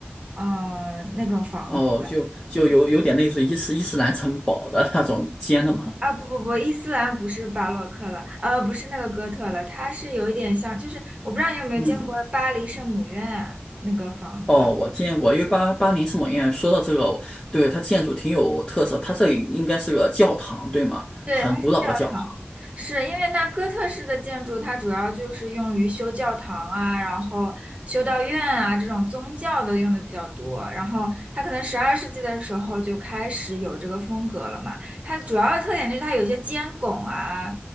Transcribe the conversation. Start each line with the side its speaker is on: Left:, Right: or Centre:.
Right: 嗯、那种房子
Left: 哦，就就有有点类似于伊斯伊斯兰城堡的那种尖的嘛。
Right: 啊。不不不，伊斯兰不是巴洛克了，呃，不是那个哥特了，它是有一点像，就是我不知道你有没有见过巴黎圣母院那个房子。
Left: 嗯，哦，我见过，因为巴巴黎圣母院说到这个，对它建筑挺有特色，它这里应该是个教堂，对吗？
Right: 对，
Left: 很古老的教堂。
Right: 它是教堂，是因为那哥特式的建筑，它主要就是用于修教堂啊，然后修道院啊这种宗教的用的比较多。然后它可能十二世纪的时候就开始有这个风格了嘛。它主要的特点就是它有一些尖拱啊，